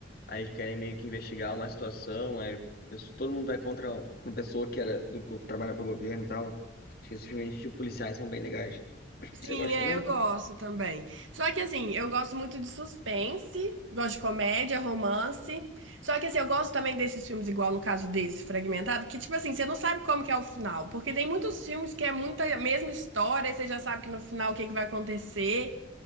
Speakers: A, on the left (about 50°); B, on the right (about 85°).
A: aí eles querem meio que investigar uma situação, aí pes- todo mundo vai contra uma pessoa que era do, go- que trabalha para o governo e tal. Acho que esses filmes de policiais são bem legais.
B: Sim,
A: Você gosta
B: é,
A: também?
B: eu gosto também. Só que assim, eu gosto muito de suspense, gosto de comédia, romance. Só que assim, eu gosto também desses filmes, igual no caso desse, Fragmentado, que tipo assim, você não sabe como que é o final. Porque tem muitos filmes que é muita a mesma história, e você já sabe que no final o que que vai acontecer.